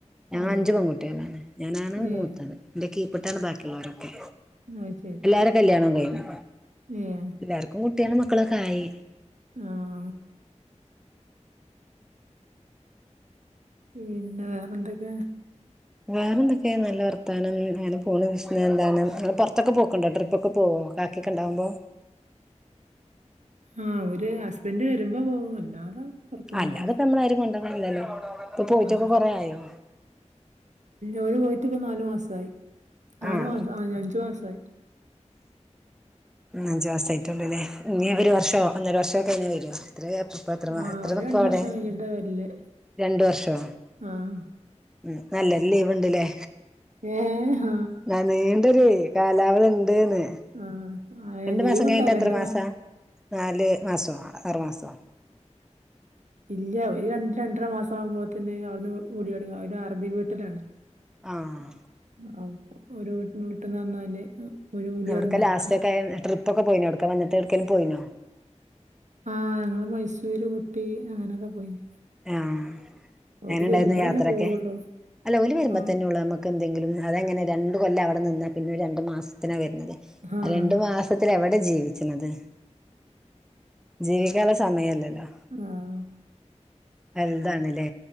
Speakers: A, in the centre; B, on the right (about 75°).
A: ഞാൻ
B: ഏഹ്
A: അഞ്ചു പെകുട്ടികളാണ് ഞാനാണ്
B: ഏഹ്
A: മൂത്തത് എന്റെറെ കീപ്പട്ടാണ് ബാക്കിയുള്ളവരൊക്കെ
B: അയ്ശരി
A: എല്ലാരും കല്യാണം കഴിഞ്ഞു.
B: ഏയെ
A: എല്ലാർക്കും കുട്ടികളും മക്കളൊക്കയി.
B: അഹ് പിന്നെ വേറെ എന്തൊക്കെ
A: വേറെന്തൊക്കെ നല്ല വർത്താനം അങ്ങനെ പോണ് പിന്ന എന്താണ് നിങ്ങൾ പുറത്തൊക്കെ പോക്കണ്ടോ ട്രിപ്പ്ക്കെ പോവോ ക്കാക്കിയൊകെ ഉണ്ടാവുമ്പോ
B: അഹ് ഒരു ഹസ്ബൻഡ് വരുമ്പോ പോകു അല്ലാതെ പുറത്തൊന്നും
A: അല്ല
B: പോവൂല
A: അതിപ്പോ നമ്മൾ ആരും കൊണ്ട ഇല്ലല്ലോ ഇപ്പൊ പോയിട്ടൊക്കെ
B: ആഹ്
A: കൊറേ ആയോ
B: ഓര് പോയിട്ടിപോനാലു മാസായി നാലു
A: ആഹ്
B: മാസം ആ അഞ്ചു മാസ ആയി.
A: അഞ്ചു മാസ ആയിട്ടാള്ളൂ ല്ലേ ഇനീ
B: ഉം
A: ഒരു വർഷോ ഒന്നര വർഷോക്കെ കഴിഞ്ഞ വരോ. <unintelligible>
B: ആഹ്
A: എത്ര
B: ഓര്
A: നിക്കു
B: രണ്ട്
A: അവിടെ
B: വർഷം കഴിഞ്ഞിട്ടാ വരല്
A: രണ്ട് വർഷോ?
B: ആഹ്
A: ഉം നല്ല ലീവ് ഉണ്ട്ല്ലേ?
B: ഏ ഹഹ
A: നാ നീണ്ടൊര് കാലാവധി ഉണ്ട്ന്ന്.
B: ആ ആയാ
A: രണ്ടു
B: ലീവ്
A: മാസം കഴിഞ്ഞിട്ട്
B: ണ്ടാവും രണ്ട്
A: എത്ര
B: മാസം.
A: മാസാ നാല് മാസോ ആറു മാസോ?
B: ഇല്ല ഒരു രണ്ട് രണ്ടര മാസം ആവുമ്പോ തിന് അവിട്ന്ന് വിളി തൊടങ്ങും ഒരു അറബി വീട്ടിലാണ്.
A: ആഹ്
B: <unintelligible>
A: എവ്ട്ക്ക
B: തൊടങ്ങും
A: ലാസ്റ്റ് ഒക്കെ ട്രിപ്പ് ഒക്കെ പോയിനോ എവിട്ക്ക വന്നിട്ട് എടുക്കേലും പോയിനോ?
B: ആഹ് ഞങ്ങള് മൈസൂര് ഊട്ടി അങ്ങനെയൊക്കെ പോയിന്.
A: ആഹ
B: ഓര്
A: എങ്ങനണ്ടായിരുന്നു
B: വരുമ്പളല്ലേ
A: യാത്രൊക്കെ
B: പോവുള്ളൂ
A: അല്ല ഓല് വരുമ്പോ
B: ആഹ്
A: തന്നെ ഉള്ളു നമുക്ക്. എന്തെങ്കിലും അതെങ്ങനെ രണ്ട് കൊല്ലം അവിടെ നിന്നാ പിന്നെ രണ്ടു മാസത്തിനാണ് വരുന്നത്
B: ആഹ്
A: രണ്ട് മാസ <unintelligible> എവിടെ ജീവിക്ക്ണത് ജീവിക്കാള്ള സമയല്ല ലോ.
B: ആഹ്
A: എന്താണ്ലേ